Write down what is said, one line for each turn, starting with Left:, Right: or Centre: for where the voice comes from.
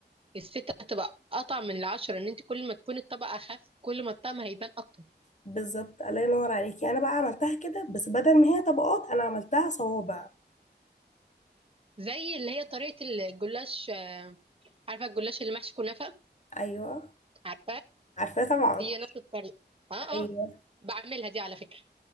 Right: الستة هتبقى قطع من العشرة ان انت كل ما تكون الطبقة اخف كل ما الطعم هيبان اكتر
Left: بالظبط الله ينور عليكي انا بقى عملتها كده بس بدل ما هي طبقات انا عملتها صوابع
Right: زي اللي هي طريقة الجلاش آه، عارفة الجلاش اللي محشي كنافة
Left: ايوه
Right: عارفة
Left: عارفاه طبعا
Right: هي نفس الطريقة اه
Left: ايوه
Right: اه بعملها دي على فكرة